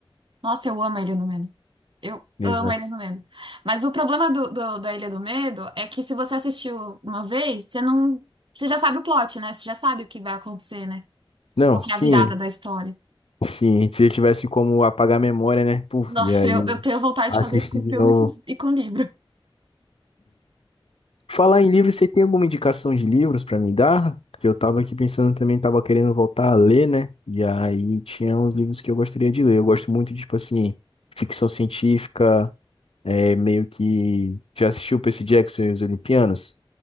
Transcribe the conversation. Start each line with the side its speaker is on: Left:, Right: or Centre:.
Right: Nossa, eu amo a Ilha do Medo. Eu
Left: Exato.
Right: amo a Ilha do Medo. Mas o problema do, do- da Ilha do Medo é que se você assistiu uma vez, você não, você já sabe o plot, né? Você já sabe o que vai acontecer, né?
Left: Não,
Right: Qual que
Left: sim,
Right: é a virada da história.
Left: sim. Se eu tivesse como apagar a memória, né? Puf,
Right: Nossa,
Left: e aí,
Right: eu, eu tenho vontade
Left: assistir
Right: de fazer isso com
Left: de
Right: filme
Left: novo.
Right: e com, e com livro.
Left: Falar em livros, você tem alguma indicação de livros pra me dar? Que eu tava aqui pensando também, tava querendo voltar a ler, né? E aí tinha uns livros que eu gostaria de ler. Eu gosto muito, de, tipo assim, ficção científica, é meio que. Já assistiu Percy Jackson e os Olimpianos?